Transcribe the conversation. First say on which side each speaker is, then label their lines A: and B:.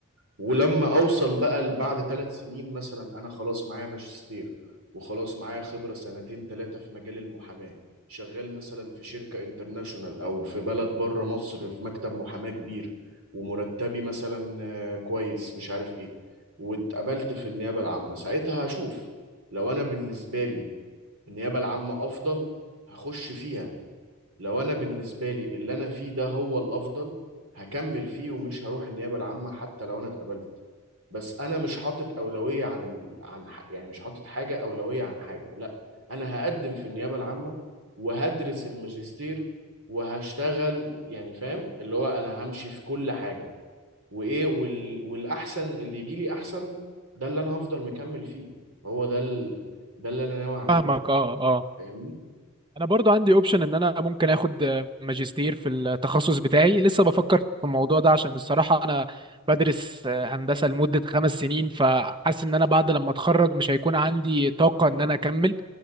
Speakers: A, on the right (about 70°); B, on the right (about 20°).
A: ولما اوصل بقى ل- بعد ثلاث سنين مثلا انا خلاص معايا ماجستير وخلاص معايا خبرة سنتين ثلاثة في مجال المحاماة شغال مثلا في شركة انترناشونال او في بلد بره مصر في مكتب محاماة كبير ومرتبي مثلا آه، كويس مش عارف ايه واتقبلت في النيابة العامة ساعتها هشوف لو انا بالنسبة لي النيابة العامة أفضل هخش فيها لو أنا بالنسبة لي اللي أنا فيه ده هو الأفضل هكمل فيه ومش هروح النيابة العامة حتى لو أنا اتقبلت بس أنا مش حاطط أولوية عن ال... عن ح... يعني مش حاطط حاجة أولوية عن حاجة لا أنا هقدم في النيابة العامة وهدرس الماجستير وهشتغل يعني فاهم اللي هو أنا همشي في كل حاجة وإيه وال... والأحسن اللي يجي لي أحسن ده اللي أنا هفضل مكمل فيه هو ده ال... ده اللي أنا ناوي أعمله
B: فاهمك اه اه
A: فاهمني
B: انا برضو عندي اوبشن ان انا ممكن اخد ماجستير في التخصص بتاعي لسه بفكر في الموضوع ده عشان الصراحة انا بدرس هندسة لمدة خمس سنين فحاسس ان انا بعد لما اتخرج مش هيكون عندي طاقة ان انا اكمل